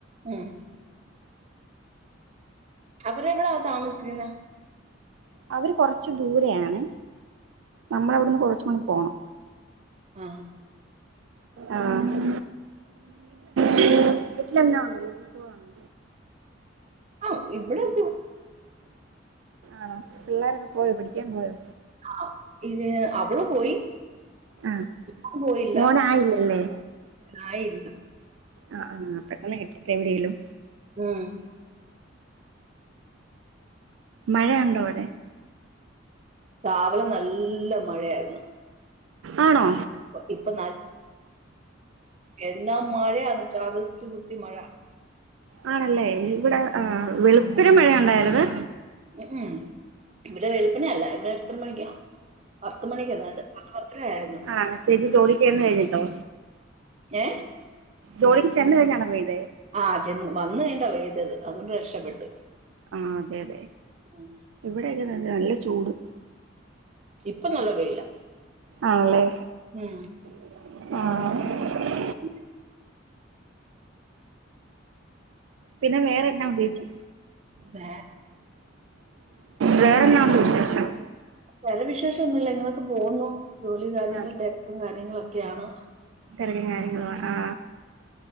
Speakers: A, on the right (about 35°); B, on the right (about 80°).
A: ഉം അവര് എവിടാ താമസിക്കുന്ന
B: അവര് കൊറച്ച് ദൂരെയാണ് നമ്മള അവിടുന്ന് കൊറച്ച മൂടി പോണം
A: ആ
B: ആഹ ബേ വീട്ടിലന്നാ ഉണ്ടല്ലോ സുഖമാണോ
A: ആ ഇവിടെ സു-
B: ആണോ പിള്ളോരൊക്കെ പോയോ പിഠിക്കാൻ പോയോ
A: ആ ഇത് അവള് പോയി
B: ആഹ്
A: ഞാൻ പോയില്ല
B: മോന ആയില്ലല്ലേ
A: ആയില്ല
B: ആ ആഹ് അപ്പക്കന്ന് കിട്ടട്ട എവിടെലും
A: ആഹ
B: മഴയ ഉണ്ടോ അവിടെ
A: രാവലെ നല്ല മഴയായിരുന്നു
B: ആണോ
A: ഇപ്പ ഇപ്പൊ ന എന്നല്ലാ മഴയന്ന് ച അതച്ചു കുത്തിി മഴ
B: ആണല്ലേ ഇവിടെ ആ വെളുപ്പര മഴയ ഉണ്ടായിരുന്നു
A: ഉം ഇവിടെ വളുപ്പനയല്ല ഇവിടെ എത്ര മണിക്കാ പത്ത് മണിക്ക്ണ്ട് അത്രയായിരുന്നു
B: ആ ചേച്ചി ജോലിക്ക് ചെന്ന് കഴിഞ്ഞിട്ടോ
A: ഏ
B: ജോലിക്ക് ചെന്ന കഴഞ്ഞാണ് വേത്
A: ആഹ് വന്നു വണ്ട വ അത് അതുകൊണ്ട് രക്ഷപ്പെട്ട്
B: ആഹ അതെ അതെ
A: ഉം
B: ഇവിടെക്ക അ നല്ല ചൂട്
A: ഇപ്പൊ നല്ല വല
B: ആണല്ലേ
A: ആം
B: ആഹ
A: ഉ
B: പിന്നെ വേറെന്നാ ഉദ്ദേേച്ചി
A: വേ
B: വേറെ നാാം വിശേഷം
A: വേറെ വിശേഷം ഒന്നുല്ല ഇങ്ങനെ ഒക്കെ പോകുന്നു ജോലി കാര്യങ്ങൾ
B: ആഹ്
A: തെര്ക്കും കാ കാര്യങ്ങളൊക്കെയാണ്
B: തെരക്കും കാര്യങ്ങളും ആ